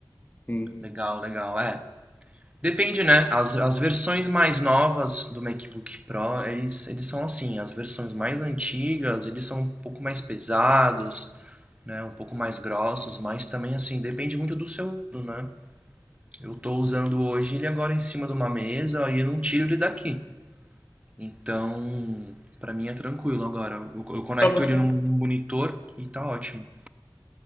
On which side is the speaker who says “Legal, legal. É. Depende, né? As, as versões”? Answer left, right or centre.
Right